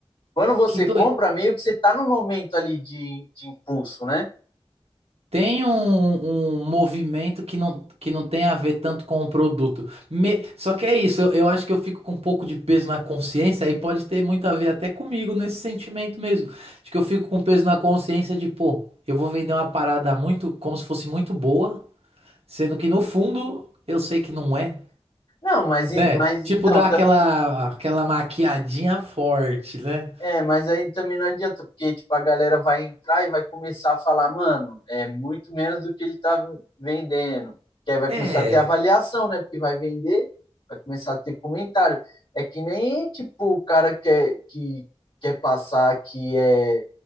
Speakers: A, on the left; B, on the right.
A: Quando você
B: que doido.
A: compra, meio que você está no momento ali de, de impulso, né?
B: Tem um, um movimento que não, que não tem a ver tanto com o produto. Me- Só que é isso, eu, eu acho que eu fico com um pouco de peso na consciência, aí pode ter muito a ver até comigo nesse sentimento mesmo. Acho que eu fico com peso na consciência de, pô, eu vou vender uma parada muito, como se fosse muito boa, sendo que no fundo eu sei que não é.
A: Não, mas, em-
B: Né?
A: mas
B: Tipo,
A: então
B: dá
A: também.
B: aquela, aquela maquiadinha forte, né?
A: É, mas aí também não adianta, porque tipo, a galera vai entrar e vai começar a falar, mano, é muito menos do que ele tá vendendo. Que aí vai
B: É,
A: começar a ter avaliação, né? Porque vai vender, vai começar a ter comentário. É que nem tipo o cara que, é- que quer passar que é,